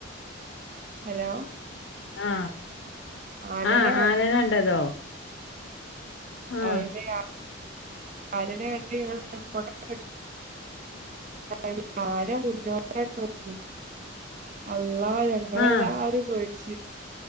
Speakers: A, on the right; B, on the left.
A: ഹലോ
B: ആ
A: ആനനെ
B: ആ ആനന കണ്ടതോ? ആഹ്
A: അയില് ആനനെ കണ്ട് ഞങ്ങൾള് ഫോട്ടോ ക്കെ എടുത്തു ആരഞ്ഞട്ടട്ട അള്ളാ ഞങ്ങളെല്ലാരും
B: ആഹ്
A: പേടിച്ച്